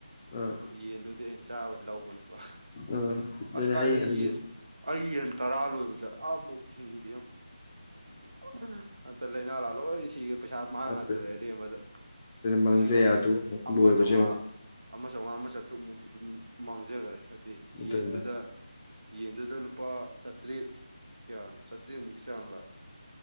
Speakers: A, on the left; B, on the right.
A: ꯑꯥ
B: ꯌꯦꯟꯗꯨꯗꯤ ꯑꯩꯅ ꯆꯥꯕ ꯂꯧꯕꯅꯦꯕ
A: ꯑꯥ ꯑꯗꯨꯅ
B: ꯑꯁ ꯀꯥꯏꯗꯩ
A: ꯑꯩ ꯍꯧꯖꯤꯛ
B: ꯌꯦꯟ ꯑꯩ ꯌꯦꯟ ꯇꯔꯥ ꯂꯣꯏꯕꯗ ꯑꯃꯕꯣꯛ ꯍꯤꯡꯗꯦ <unintelligible> ꯂꯧꯅꯅꯥ ꯂꯣꯏ ꯁꯤꯒ <unintelligible> ꯄꯩꯁꯥ ꯃꯥꯡꯉ
A: ꯑꯗꯨꯅ
B: ꯇꯣꯛꯑꯦ ꯑꯔꯦꯝꯕ
A: ꯃꯥꯡꯖ
B: ꯂꯤꯁꯤꯡ
A: ꯌꯥꯗꯨꯕ
B: ꯑꯃ
A: ꯂꯣꯏꯕꯁꯦ
B: ꯆꯥꯝꯃꯉꯥ
A: ꯑꯃꯨꯛ
B: ꯑꯃ ꯆꯥꯝꯃꯉꯥ ꯑꯃ ꯆꯥꯇ꯭ꯔꯨꯛꯃꯨꯛ ꯑꯗꯨꯝ ꯃꯥꯡꯖꯈꯔꯦ ꯍꯥꯏꯗꯤ
A: ꯑꯗꯨꯅ
B: ꯌꯦꯟꯗꯨꯗ ꯌꯦꯟꯗꯨꯗ ꯂꯨꯄꯥ ꯆꯥꯇ꯭ꯔꯦꯠ ꯀꯌꯥꯅꯣ ꯆꯥꯇ꯭ꯔꯦꯠꯃꯨꯛꯀꯤ ꯆꯥꯡ ꯂꯥ